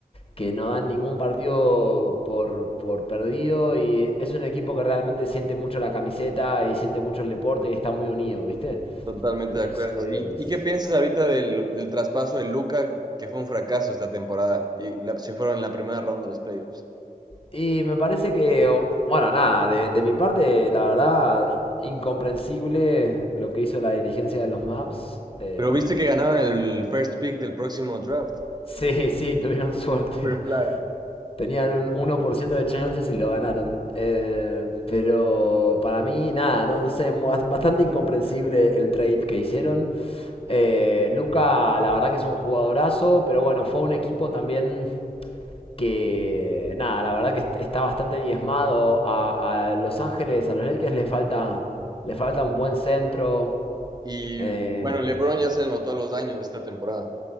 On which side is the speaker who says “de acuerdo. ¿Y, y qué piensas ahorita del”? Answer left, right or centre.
Right